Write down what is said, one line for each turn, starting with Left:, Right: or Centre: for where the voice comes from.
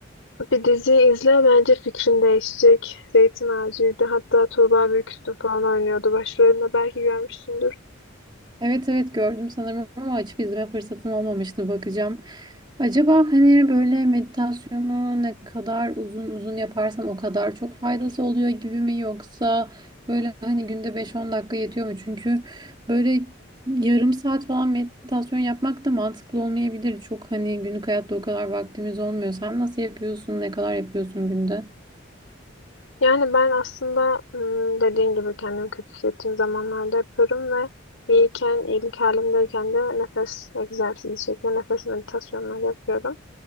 Left: Bir diziyi izle bence fikrin değişecek. Zeytin Ağacı'ydı. Hatta Tuğba Büyüküstün falan oynuyordu. Başrolünde belki görmüşsündür.
Right: Evet evet gördüm sanırım ama açıp izleme fırsatım olmamıştı bakacağım. Acaba hani böyle meditasyonu ne kadar uzun uzun yaparsan o kadar çok faydası oluyor gibi mi yoksa böyle hani günde beş on dakika yetiyor mu? Çünkü böyle yarım saat falan meditasyon yapmak da mantıklı olmayabilir. Çok hani günlük hayatta o kadar vaktimiz olmuyor. Sen nasıl yapıyorsun? Ne kadar yapıyorsun günde?
Left: Yani ben aslında ım, dediğin gibi kendimi kötü hissettiğim zamanlarda yaparım ve iyiyken, iyilik halimdeyken de nefes egzersizi şeklinde nefes meditasyonları yapıyorum.